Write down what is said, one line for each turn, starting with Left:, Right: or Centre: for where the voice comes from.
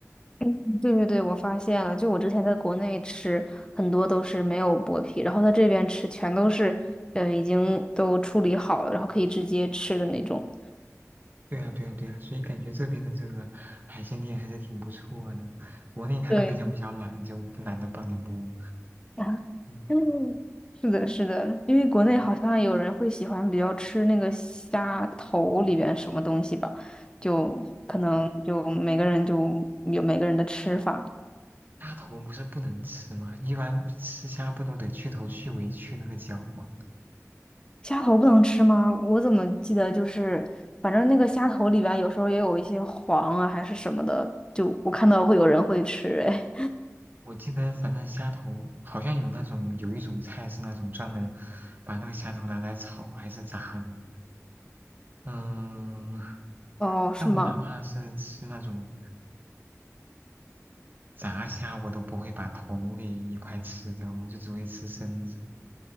Left: 嗯对对对，我发现了，就我之前在国内吃很多都是没有剥皮，然后在这边吃全都是呃已经都处理好了，然后可以直接吃的那种。
Right: 对呀，对呀，对呀，所以感觉这边的这个海鲜店还是挺不错的。国内他可能就比较懒，
Left: 对。
Right: 就不懒得帮你剥。
Left: <laughs>
Right: 嗯，
Left: 嗯，是的，是的，因为国内好像有人会喜欢比较吃那个虾头里边什么东西吧，
Right: 对
Left: 就可能就每个人就有每个人的吃法。
Right: 大头不是不能吃吗？一般吃虾不都得去头、去尾、去那个脚吗？
Left: 虾头不能吃吗？我怎么记得就是，反正那个虾头里边有时候也有一些黄啊还是什么的，就我看到会有人会吃，哎，
Right: 我记得反正虾头好像有那种有一种菜是那种专门把那个虾头拿来炒还是炸的。嗯，
Left: 哦，是吗？
Right: 但我哪怕是吃那种炸虾，我都不会把头给一块吃掉，我就只会吃身子。